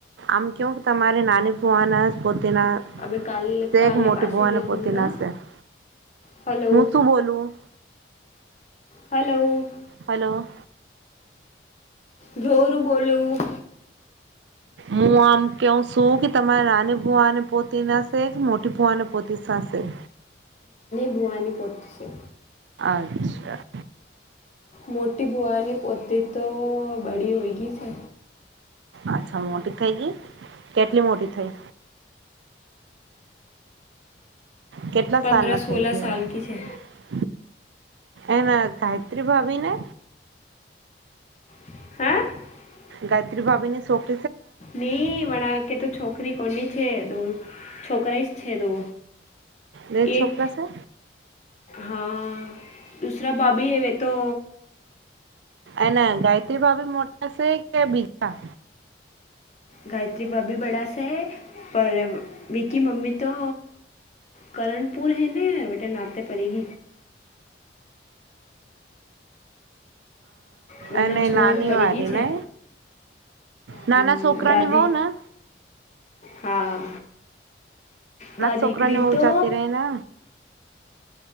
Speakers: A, on the right; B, on the left.
A: આમ કેવ તમારી નાની પોવાના પો પો તેના
B: હવે કાલે
A: શેક
B: કાલે
A: મોટી
B: પાસે
A: ભૂવાને
B: જાઉંગા
A: પોતેના શેક
B: હલો
A: હું શું બોલું.
B: હલો.
A: હલોલો.
B: ઘોરું બોલું.
A: હું આમ કેવું છું કે તમારી નાની ભુવાને પોતી નાસે કે મોટી ભુવાને પોતી થશે.
B: ભુઆની પોતી શે.
A: અચ્છા.
B: મોટી બુવાની પોતી તો બડી હોય ગઈ છે.
A: અચ્છા મોટી થઈ ગઈ કેટલી મોટી થઈ. કેટલા
B: પંદર
A: સાલના
B: સોળા
A: થઈ ગયો
B: સાલ
A: હવે.
B: કી છે
A: એના ગાયત્રી ભાવીને.
B: <inaudible>
A: ગાયત્રી ભાવને શોખ
B: નહી વળકે તો છોકરી કોની છે દો છોકરાય જ છે દો.
A: લે
B: એક
A: છોકરા છે.
B: હા દુસરા ભાભી હવે તો
A: એના ગાયત્રી ભાવી મોટા છે કે બીજા.
B: ગાયત્રી બાાભી બડા સ પર મિકી મમી તો કર્ણપુર હ ને બટટે નાતે પરી ગ મને
A: એને
B: છોન
A: નાની
B: પડી
A: વાળી
B: ગઈ છે
A: ને. નાના
B: હમ,
A: છોકરા
B: દાદી
A: નિ વાવો ના
B: હા વાદીિક
A: છોકરાની વહુ
B: તો
A: જતી રહી ને